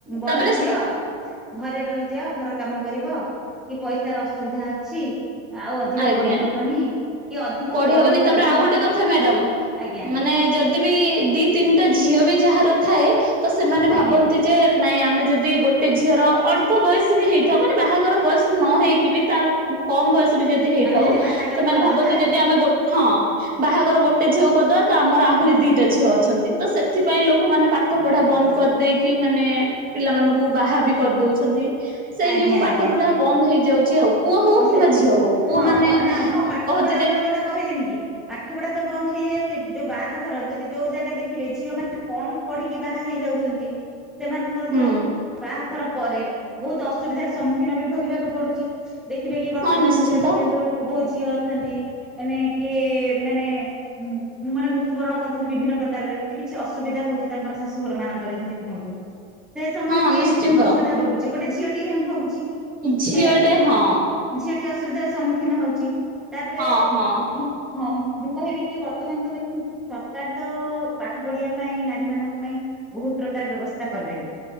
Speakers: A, in the centre; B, on the right.
A: ବଡ଼
B: ତାପରେ
A: ଝିଅ ଘରେ ରହିଯାଅ ଘର କାମ କରିବ କିପଇସାର ଅସୁବିଧା ଅଛି ଅଧିକା
B: ଆଜ୍ଞା।
A: ପଢି ହବନି କି ଅଧିକ
B: ପଢି
A: ପଢିଲେ
B: ହବନି ତାପରେ
A: ମଧ୍ୟ
B: ଆଉ ଗୋଟେ କଥା ମ୍ୟାଡ଼ାମ୍
A: ଆଜ୍ଞା
B: ମାନେ ଯଦିବିି ଦି ତିନିଟା ଝିଅବି ଯାହାର ଥାଏ ତ ସେମାନେ ଭାବନ୍ତି
A: ଆଜ୍ଞା
B: ଯେ ନାଇଁ ଆମେ ଯଦି ଗୋଟେ ଝିଅର ଅଳ୍ପ ବୟସବି ହେଇଥାଉ ମାନେ ବାହାଘର ବୟସ ନ ହେଇକିବି ତା କମ ବୟସବି ଯଦି ହେଇଥାଉ
A: ଆମେ ବାହାଘର
B: ସେମାନେ
A: କରିଦବା
B: ଭାବନ୍ତି ଯଦି ଆମେ ଗୋ ହଁ। ବାହାଘର ଗୋଟେ ଝିଅକୁ କରିଦବା ତଆମର ଆହୁରି ଦିଟା ଝିଅ ଅଛନ୍ତି ତସେଥିପାଇଁ ଲୋକ ମାନେ ପା ପାଠ ପଢା ବନ୍ଦ କରିଦେଇକି ମାନେ ପିଲାମାନାନଙ୍କୁ ବାହାବି କରିଦଉଛନ୍ତି ସେଇ
A: ଆଜ୍ଞା
B: ଯୋଗୁ ପାଠ
A: ଆଜ୍ଞା
B: ପଢା ବନ୍ଦ ହେଇଯାଉଚି ଆଉ। ପୁଅ ହଉ
A: ଆଉ
B: କିମ୍ବା
A: ସେ
B: ଝିଅ ହଉ ପୁଅ
A: ହଁ
B: ମାନେ
A: ନା ହଁ ପାଠ
B: କହନ୍ତି
A: ପଢା
B: ଯେ
A: ଆପଣ ଯୋଉଟା କହିଲେନିକି ପାଠ ପଢାତ ବନ୍ଦ ହେଇଯାଉଚି ଯୋଉ ବାହାଘର ଯଦି ଯୋଉ ଜାଗା ଦେଖିବେ ଝିଅ ମାନେ କମ୍ ପଢିକି ବାହା ହେଇଯାଉଚନ୍ତି ସେମାନଙ୍କର
B: ହୁଁ
A: ଧର ବାହାଘର ପରେ ବହୁତ୍ ଅସୁବିଧାର ସମ୍ମୁଖୀନବି ଭୋଗିବାକୁ ପଡ଼ୁଚି ଦେଖିବେକି ବର୍ତ୍ତମାନ
B: ହଁ ନିଶ୍ଚିନ୍ତ
A: ଯୁଗରେ ଦେଖନ୍ତୁ ବୋଉ ଝିଅ ଅଛନ୍ତି ମାନେ କିଏ ମାନେ ମାନେ ମୃତ୍ୟୁବରଣ କରୁଚନ୍ତି ବିଭିନ୍ନ ପ୍ରକାରରେ ଯଦି କିଛି ଅସୁବିଧା ହଉଚି ତାଙ୍କର ଶାଶୁଘର ମାନଙ୍କର ଯେମିତି କୁହନ୍ତୁ। ସେ ସମୟରେ
B: ହଁ
A: କିଏ
B: ନିଶ୍ଚିନ୍ତ
A: ଅସୁବିଧା ଭୋଗୁଛି ଗୋଟେ ଝିଅଟି ହିଁ ଭୋଗୁଚୀ
B: ଝିଅଟେ
A: ହେଲାକି।
B: ହଁ।
A: ଝିଅଟି ଅସୁବିଧାରେ ସମ୍ମୁଖୀନ ହଉଚି ତାପରେ
B: ହଁ ହଁ
A: ମୁଁ। ହଁ ମୁଁ ମୁଁ କହିବିକି ବର୍ତ୍ତମାନ ତ ଦେଖୁନ୍ ସରକାର। ତ ପାଠ ପଢିବା ପାଇଁ ନାରୀମାନଙ୍କ ପାଇଁ ବହୁତ ପ୍ରକାର ବ୍ୟବସ୍ଥା କଲେଣି।